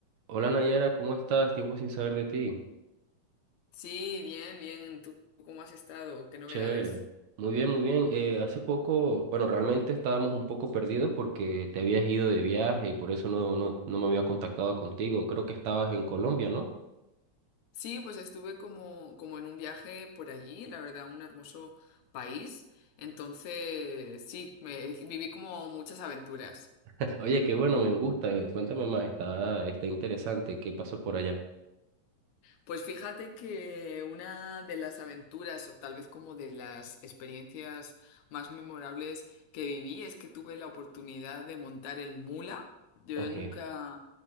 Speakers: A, on the right; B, on the left.
A: Hola Nayara, ¿cómo estás? Tiempo sin saber de ti.
B: Sí, bien, bien. ¿Tú cómo has estado? ¿Qué novedades?
A: Chévere. Muy bien, muy bien. Eh, hace poco, bueno, realmente estábamos un poco perdidos porque te habías ido de viaje y por eso no, no, no me había contactado contigo. Creo que estabas en Colombia, ¿no?
B: Sí, pues estuve como, como en un viaje por allí, la verdad, un hermoso país. Entonces, sí, me viví como muchas aventuras.
A: <laughs> Oye, qué bueno, me gusta. eh, Cuéntame más, está, está interesante. ¿Qué pasó por allá?
B: Pues fíjate que una de las aventuras o tal vez como de las experiencias más memorables que viví es que tuve la oportunidad de montar el mula. Yo
A: Ok,
B: nunca,